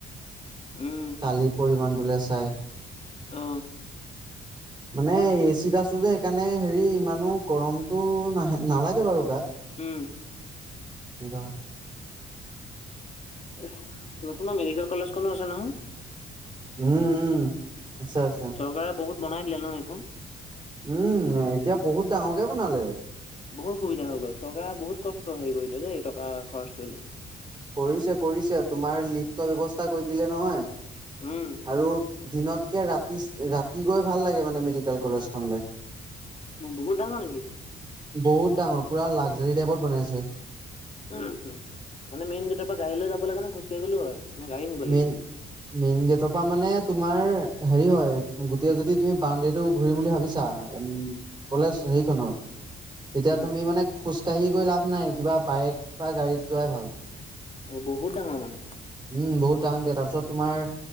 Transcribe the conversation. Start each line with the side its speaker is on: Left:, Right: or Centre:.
Left: উম
Right: কালি পৰিমাণটোলে চাই
Left: অ
Right: <inaudible> মানে এ চিত আছো যে সেইকাৰণে হেৰি ইমানো গৰমটো নাহ নালাগে বাৰু গাত
Left: উম।
Right: ব
Left: প্ৰথমাৰ মেডিকেল কলেজ খনো আছে নহয়।
Right: উম উম আছে আছে।
Left: চৰকাৰে বহুত বনাই দিলে ন এইখন
Right: উম এতিয়া বহুত ডাঙৰকে বনালে।
Left: বহুত সুবিধা হৈ গল চৰকাৰে বহুত কষ্ট হেৰি কৰিলে দেই টকা খৰচ কৰিলে।
Right: কৰিছে কৰিছে তোমাৰ লিফ্টৰ ব্যৱস্থা কৰি দিলে নহয়
Left: উম
Right: আৰু দিনতকে ৰাতি ৰাতি গৈ ভাল লাগে মানে মেডিকেল কলেজখনলে
Left: বহুত ডাঙৰ নেকি?
Right: বহুত ডাঙৰ পুৰা লাকজাৰী টাইপত বনাইছে
Left: মানে মেইন গেটৰ পৰা গাড়ী লৈ যাব লগ কাৰে নে খোজকাঢ়ি গ'লও হয়। নে গাড়ী নিব লাগিব
Right: মেইন মেইন গেটৰ পৰা মানে তোমাৰ হেৰি হয় গোটেই যদি তুমি বাাৰউণ্ডেৰীতটো ঘুৰিম বুলি ভাবিছা উম কলেজ সেইখনত তেতিয়া
Left: উম
Right: তুমি মানে খোজ কঢ়ি গৈ লাভ নাই কিবা বাইক বা গাড়ীত যোৱাই ভাল
Left: অ বহুত ডাঙৰ মানে।
Right: উম বহুত দাঙকে তাৰপিছত তোমাৰ